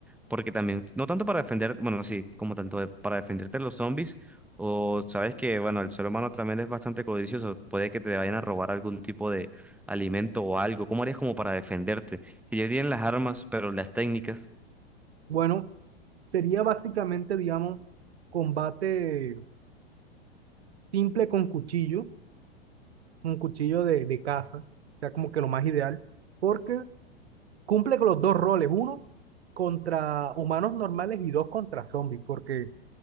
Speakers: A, in the centre; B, on the right.
A: porque también, no tanto para defender, bueno, sí, como tanto de- para defenderte de los zombies, o sabes que, bueno, el ser humano también es bastante codicioso, puede que te vayan a robar algún tipo de alimento o algo, ¿cómo harías como para defenderte? Si ya tienen las armas, pero las técnicas.
B: bueno, sería básicamente, digamos, combate simple con cuchillo un cuchillo de, de caza, o sea, como que lo más ideal, porque cumple con los dos roles, uno contra humanos normales y dos contra zombies, porque o